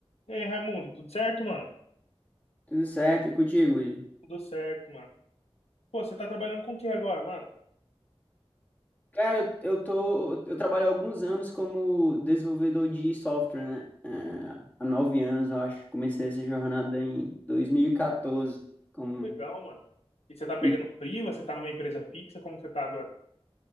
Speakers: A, on the left; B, on the left.
A: E aí, Raimundo, tudo certo, mano?
B: Tudo certo, e contigo, Willi?
A: Tudo certo, mano. Pô, você tá trabalhando com o que agora, mano?
B: Cara, eu tô, eu trabalho há alguns anos como desenvolvedor de software, né? É, há nove anos, eu acho. Comecei essa jornada em 2014. Como,
A: Legal, mano. E você tá pegando
B: e,
A: freela? Você tá numa empresa fixa? Como que você tá agora?